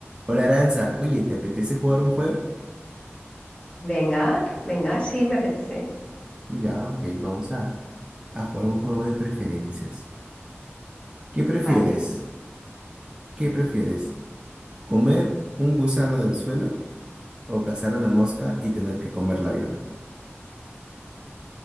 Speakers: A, on the right; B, on the left.
A: Hola Aranza, oye, ¿te apetece jugar un juego?
B: Venga, venga, sí, me apetece.
A: Ya, ok, vamos a, a jugar un juego de preferencias. ¿Qué prefieres?
B: Vale.
A: ¿Qué prefieres? ¿Comer un
B: Sí.
A: gusano del suelo o cazar una mosca y tener que comerla viva?